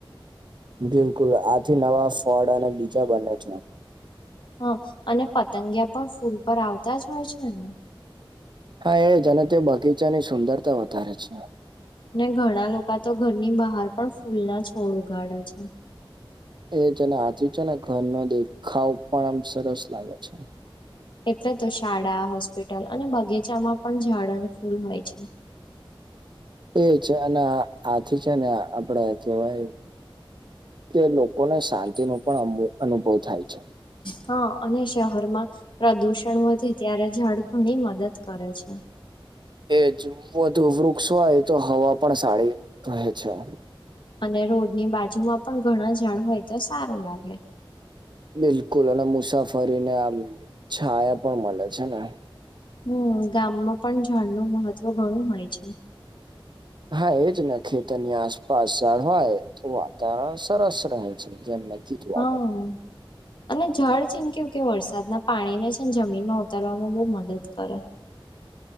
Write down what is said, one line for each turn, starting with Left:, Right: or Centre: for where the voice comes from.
Right: બિલકુલ, આથી નવા ફળ અને બીજા બને છે.
Left: હા, અને પતંગિયા પણ ફૂલ પર આવતા જ હોય છે ને.
Right: હા, એ જાને તે બગીચાની સુંદરતા વધારે છે.
Left: ને ઘણા લોકો તો ઘરની બહાર પણ ફૂલ ના છોડ ઉગાડે છે.
Right: એ જેને આચ છે ને, ઘરનો દેખાવ પણ આમ સરસ લાગે છે.
Left: એટલે તો શાળા હોસ્પિટલ અને બગીચામાં પણ ઝાડ અને ફૂલ હોય છે.
Right: એ છે, અને આથી છે ને, આપડે કેવાય. કે લોકોને શાંતિ ને પણ અનુભવ થાય છે.
Left: હા અને શહેરમાં પ્રદુષણ વધે, ત્યારે જડ ઘણી મદદ કરે છે.
Right: એજ વધુ વૃક્ષ હોય તો, હવા પણ સારી રહે છે.
Left: અને રોડ ની બાજુ માં પણ ઘણા ઝાડ હોય તો, સારું લાગે.
Right: બિલકુલ, અને મુસાફરી ને આમ છાયા પણ મળે છે ને.
Left: હમ, ગામમાં પણ ઝાડ નું મહત્વ ઘણું હોય છે.
Right: હા, એજ ને, ખેતરની આસપાસ જળવાય તો વાતાવરણ સરસ રહે. જેમ. મેં કીધું
Left: હા.
Right: આગળ
Left: અને જળ છે ને, કેવું કે વરસાદના પાણીને છે ને, જમીનમાં ઉતરવામાં બહુ મદદ કરે.